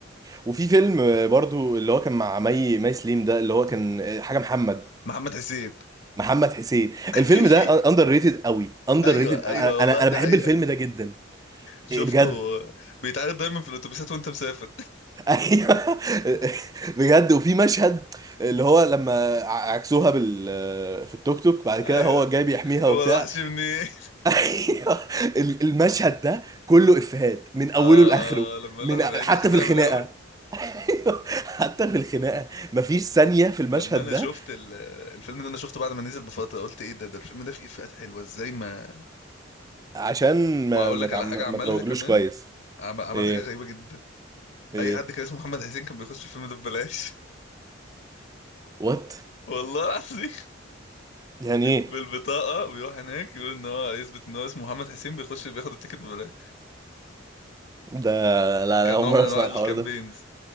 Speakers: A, on the right; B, on the left.
A: وفي فيلم آه، برضو اللي هو كان مع مي مي سليم ده اللي هو كان آه، حاجة محمد
B: محمد حسين
A: محمد حسين
B: <laughs>
A: الفيلم ده اندر ريتد قوي اندر
B: ايوه
A: ريتد
B: ايوه
A: انا
B: والله
A: انا أنا
B: دي
A: بحب
B: حقيقه
A: الفيلم ده جدا
B: شفته
A: إيه بجد
B: بيتعرض دايما في الاتوبيسات وانت مسافر
A: <laughs> ايوه بجد وفي مشهد اللي هو لما ع- عكسوها بال في التوك توك بعد
B: <laughs> ايوه
A: كده هو جاي بيحميها وبتاع
B: هو الوحش منين <laughs>
A: <laughs> ايوه ال- المشهد ده كله افيهات من اوله
B: آه,
A: لاخره
B: اه لما قالوا
A: من
B: احنا
A: حتى
B: بنعيد الخناقه
A: في الخناقه
B: من الاول
A: أيوة، حتى في الخناقه مفيش ثانيه في المشهد
B: لما انا
A: ده
B: شفت ال- الفيلم ده انا شفته بعد ما نزل بفتره قلت ايه ده ده الفيلم ده فيه افيهات حلوه ازاي ما
A: عشان ما
B: واقول
A: ما,
B: لك
A: تع-
B: على
A: ما
B: حاجه عملها
A: تروجلوش
B: كمان
A: كويس
B: عمل, عمل
A: ايه
B: حاجه غريبه جدا
A: ايه
B: اي حد كان اسمه محمد حسين كان بيخش الفيلم ده ببلاش
A: وات
B: <laughs> والله العظيم
A: يعني ايه
B: بالبطاقه بيروح هناك يقول ان هو يثبت ان هو اسمه محمد حسين بيخش بياخد التيكت ببلاش
A: ده لا
B: كان
A: انا اول
B: نوع
A: مره
B: من انواع
A: اسمع
B: الكامبينز
A: الحوار ده